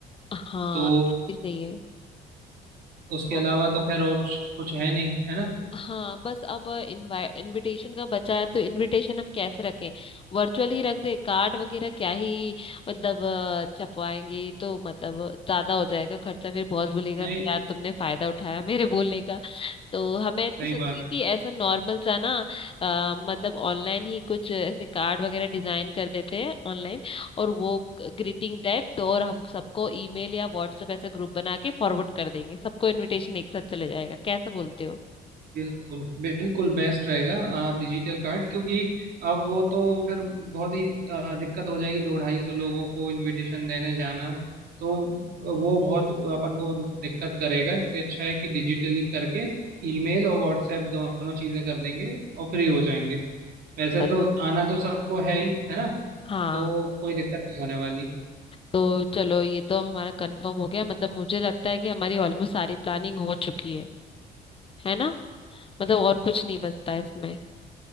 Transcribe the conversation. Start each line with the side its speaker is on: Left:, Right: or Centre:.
Left: हाँ
Right: तो
Left: ये सही
Right: उसके
Left: है
Right: अलावा तो खैर और कुछ है नहीं है ना
Left: हाँ बस अब इनविटेशन का बचा है तो इनविटेशन हम कैसे रखें वर्चुअल ही रख दे कार्ड वगैरह क्या ही मतलब अ, छपवाएंगे तो मतलब ज्यादा हो जाएगा खर्चा फिर बॉस बोलेगा
Right: नहीं
Left: कि यार तुमने फायदा उठाया मेरे बोलने का तो हमें तो
Right: सही
Left: सोच
Right: बात
Left: रही
Right: है
Left: कि ऐसा नॉर्मल सा ना अ, मतलब ऑनलाइन ही कुछ ऐसे कार्ड वगैरह डिजाइन कर देते हैं ऑनलाइन और वो ग्रीटिंग टाइप तो और हम सबको ईमेल या व्हाट्सएप ऐसे ग्रुप बना के फॉरवर्ड कर देंगे सबको इनविटेशन एक साथ चले जाएगा कैसा बोलते हो
Right: बिल्कुल बिल्कुल बेस्ट रहेगा डिजिटल कार्ड क्योंकि अब वो तो फिर बहुत ही आ, दिक्कत हो जाएगी दो ढाई सौ लोगों को इनविटेशन देने जाना तो वो बहुत अपन को दिक्कत करेगा इससे अच्छा है कि डिजिटली करके ईमेल और व्हाट्सएप दोनों चीज़ें कर देंगे और फ्री हो जाएंगे वैसे
Left: चलो
Right: तो आना तो सबको है ही है ना
Left: हाँ
Right: तो कोई दिक्कत नहीं होने वाली
Left: तो चलो ये तो हमारा कंफर्म हो गया मतलब मुझे लगता है कि हमारी ऑलमोस्ट सारी प्लानिंग हो चुकी है है ना मतलब और कुछ नहीं बचता है इसमें